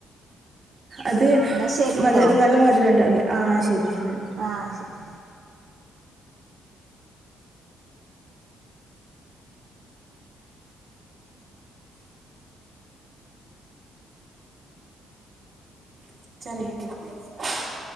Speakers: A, on the right; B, on the right.
A: അത്
B: എന്നാ ശരിട്ടോ
A: മതി നല്ല മധുരം ഉണ്ടാവല്ലേ ആ ശരി ശരി
B: ആഹ് ശരി
A: ചെറിയികൊട്ടി